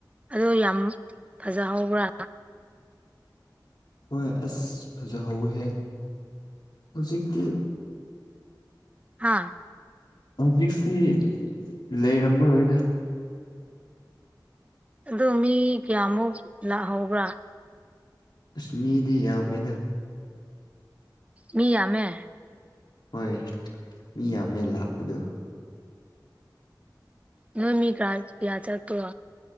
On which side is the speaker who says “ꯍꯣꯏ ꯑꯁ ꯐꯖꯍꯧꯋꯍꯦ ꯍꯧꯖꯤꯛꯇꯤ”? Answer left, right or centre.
Left